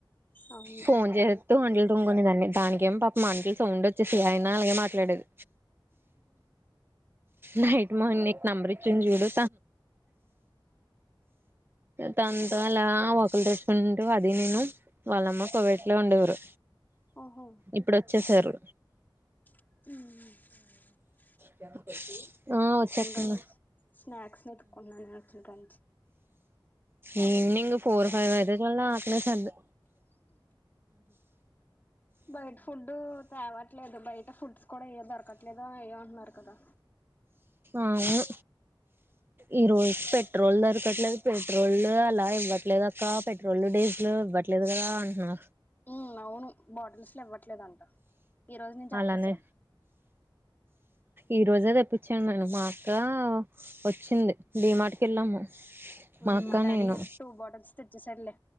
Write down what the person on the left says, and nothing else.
అవును
ఓహో
హ్మ్
కాంచి స్నాక్స్ వెతుకున్నాను నేను వచ్చిన కాంచి
బయట ఫుడ్ తేవట్లేదు బయట ఫుడ్స్ కూడా ఏయ్ దొరక్కట్లేదు దొరకక్కట్లేద ఏదో అంటున్నారు కదా
హ్మ్ అవును బాటిల్స్ లో ఇవ్వట్లేదంట ఈ రోజు నుంచి
ఆపేశాను
ఉమ్
మా డాడీ
టు బాటల్స్ తెచ్చేసాడులే